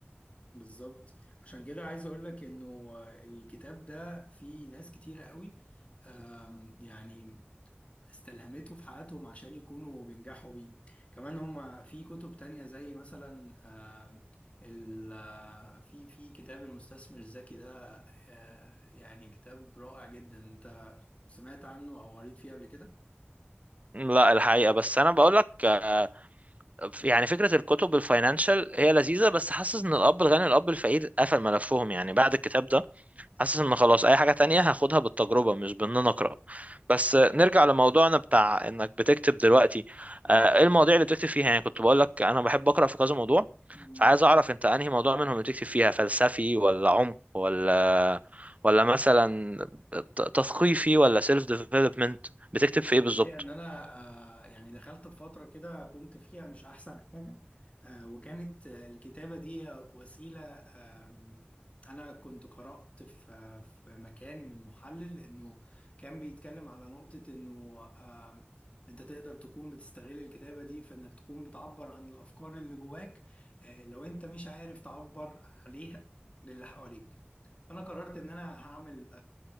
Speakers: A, on the left; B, on the right.
A: بالظبط عشان كده عايز اقول لك انه آه، الكتاب ده فيه ناس كتيرة قوي آم، يعني استلهمته في حياتهم عشان يكونوا بينجحوا بيه كمان هم في كتب تانية زي مثلا آه، ال آه، في في كتاب المستثمر الذكي ده آه، يعني كتاب رائع جدا انت سمعت عنه او قريت فيه قبل
B: لا الحقيقه بس انا بقول لك آه، يعني فكره الكتب الفاينانشال هي لذيذه بس حاسس ان الاب الغني والاب الفقير قفل ملفهم يعني بعد الكتاب ده حاسس ان خلاص اي حاجة تانية هاخدها بالتجربة مش بان انا اقرا بس نرجع لموضوعنا بتاع انك بتكتب دلوقتي آه، ايه المواضيع اللي بتكتب فيها يعني كنت بقول لك انا بحب اقرا في كذا موضوع
A: كده
B: فعايز اعرف انت انهي موضوع منهم اللي بتكتب فيها فلسفي ولا عمق ولا ولا مثلا ت- تثقيفي ولا سيلف ديفلوبمنت بتكتب في ايه بالظبط
A: هي ان انا آه، يعني دخلت في فتره كده كنت فيها مش احسن حاجه آه، وكانت آه، الكتابه دي وسيله آم، انا كنت قرات في في مكان من محلل انه كان بيتكلم على نقطه انه آم، انت تقدر تكون بتستغل الكتابه دي في انك تكون بتعبر عن الافكار اللي جواك آه، لو انت مش عارف تعبر عليها للي حواليك فانا قررت ان انا هعمل